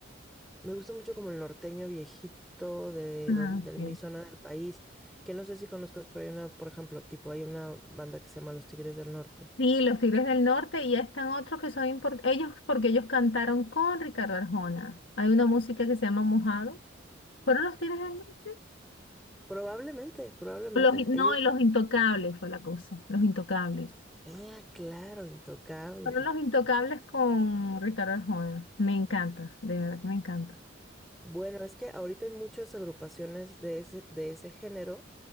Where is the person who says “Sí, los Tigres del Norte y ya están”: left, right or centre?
Left